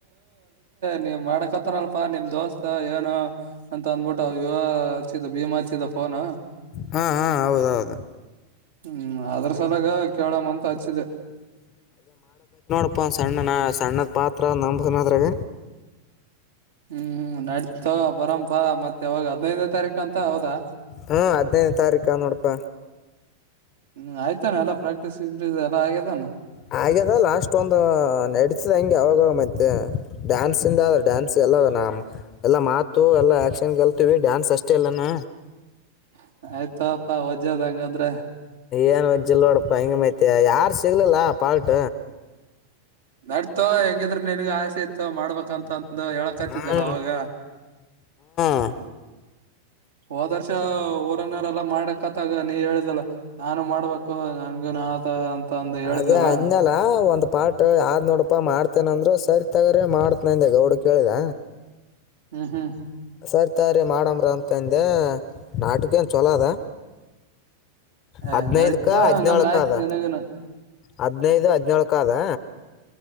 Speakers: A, on the right; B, on the left.
A: ನೀ್ ಮಾಡಕತ್ತನಲ್ಪಾ ನಿಮ್ ದೋಸ್ತ್ ಏನು ಅಂತ ಅಂದ್ಬಿಟ್ಟ ಇವ ಹಚ್ಚಿದ ಭೀಮಾ ಹಚ್ಚಿದ ಫೋನ್
B: ಹಾ ಹಾ ಹೌದ ಹೌದು
A: ಹ್ಮ್ ಅದ್ರ ಸಲಾಗ ಕೇಳಮ್ಮ ಅಂತ ಹಚ್ಚಿದೆ
B: ಅಪ್ಪ ಒಂದು ಸಣ್ಣ ನಾ ಸಣ್ಣದ ಪಾತ್ರ ನಂಬದನದ್ರಾಗ
A: ಹ್ಮ್ ಹ್ಮ್ ನಡತ ಪರಂ ಪ್ಪಾ ಮತ್ತ ಯಾವಾಗ ಹದ್ನೈದನೇ ತಾರೀಕು ಅಂತ ಹೌದಾ
B: ಹಾ ಹದಿನೈದು ತಾರೀಕು ನೋಡಪ್ಪ
A: <inaudible> ಹ್ಮ್ ಆಯ್ತಾನ ಎಲ್ಲ ಪ್ರಾಕ್ಟೀಸ್ಕ್ಟೀ ಎಲ್ಲ ಆಗ್ಯದಾನ
B: ಹಾಗದ ಲಾಸ್ಟ್ ಒಂದು ನಡ್ಸದ ಹಂಗೆ ಯಾವಾಗ ಮತ್ತೆ ಡ್ಯಾನ್ಸ್ ಇಂದ್ರ ಡ್ಯಾನ್ಸ್ ಎಲ್ಲ ನ ಎಲ್ಲ ಮಾತು ಎಲ್ಲ ಆಕ್ಷನ್ ಕಲ್ತೀವಿ ಡ್ಯಾನ್ಸ್ ಅಷ್ಟೇ ಇಲ್ಲಾನ
A: <inaudible> ಆಯ್ತಪಾ ವಜದ ಹಂಗಂದ್ರ
B: ಏನು ವೆಜ್ಜಲ್ಲಿ ನೋಡಪ್ಪ ಹಿಂಗೆ ಮೈತಿ ಯಾರು ಸಿಗ್ಲಿಲ್ಲ ಪಾಲ್ಟ
A: ನಡ್ತೋ ಹೆಂಗಿದ್ರ ನನ್ಗ ಆಸೆ ಇತ್ತು ಮಾಡ್ಬೇಕಂತ ಒ ಹೇಳಕ್ತಿದ್ದಾನ
B: ಹ್ಞೂ
A: ಅವಾಗ <inaudible>
B: ಹ್ಞೂ
A: ಹದರ್ಷ ಊರನ್ನರೆಲ್ಲ ಮಾಡಕ್ತ್ತಾಗ ನೀ ಹೇಳಿದಲ್ಲ ನಾನು ಮಾಡ್ಬೇಕು ನಂಗನ್ ಆತ ಅಂತ ಅಂದು ಹೇಳಿದಲ್ಲ
B: ಅದೇ ಅನ್ನೆಲ ಒಂದ ಪಾಠ ಆದ್ ನೋಡಪ್ಪಾ ಮಾಡ್ತೇನ ಅಂದ್ರರು ಸರಿ ತಗ್ರ ಮಾಡ್ತ ನಂದೆ ಗೌಡು ಕೇಳಿದ
A: ಹ್ಮ್ ಹ್ಮ್
B: ತರ್ತಾರಿ್ರೀ ಮಾಡಮ್ರ ಅಂತಂದೆ ನಾಟಕೇನು ಚಛಲೋ ಅದ
A: ಏ
B: ಹದ್ಿನೈದಕ
A: ನಡೀತ
B: ಹದ್ಿನಾಲ್ಕ
A: ಹಂಗಂದ್ರ ಆಯ್ತ್
B: ಅದ
A: ನಿನಗನ
B: ಹದಿನೈದು ಹದಿನೇಳಳುಕದಾ